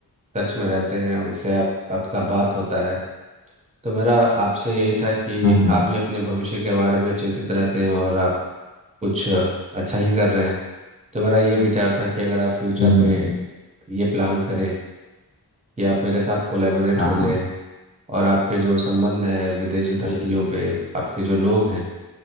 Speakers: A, on the right; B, on the left.
A: टच में रहते हैं उनसे आप आपका बात होता है तो मेरा आपसे यही था कि
B: हम्म
A: आप भी अपने भविष्य के बारे में चिंतित रहते हैं और आप कुछ अच्छा ही कर रहे हैं तो मेरा ये विचार था कि अगर आप फ्यूचर
B: हम्म हम्म
A: में
B: हम्म,
A: ये प्लान करें कि आप मेरे साथ कोलैबोरेट
B: हाँ
A: हो लें
B: हाँ
A: और आपके जो संबंध है विदेशी धरतियों
B: जी जी जी।
A: पे आपके जो लोग हैं